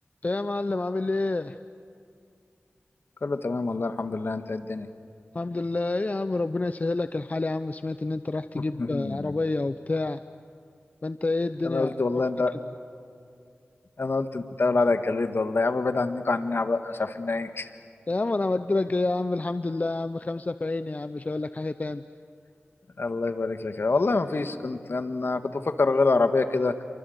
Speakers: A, on the left; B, on the left.
A: ايه يا معلم عامل ايه
B: كله تمام والله الحمد لله انت ايه الدنيا
A: الحمد لله ايه يا عم ربنا يسهلك الحال يا عم سمعت ان انت رايح
B: <laughs>
A: تجيب عربية وبتاع ما انت ايه الدنيا
B: انا قلت والله
A: عرفني
B: انت
A: كده
B: انا قلت انت اول على الجليد والله يا عم بعيد عنكم عننا بقى مش عارفين نعيش
A: يا عم انا عملت لك ايه يا عم الحمد لله يا عم خمسة في عيني يا عم مش هقول لك حاجة تاني
B: <laughs> الله يبارك لك والله ما فيش كنت انا كنت بفكر اغير العربيه كده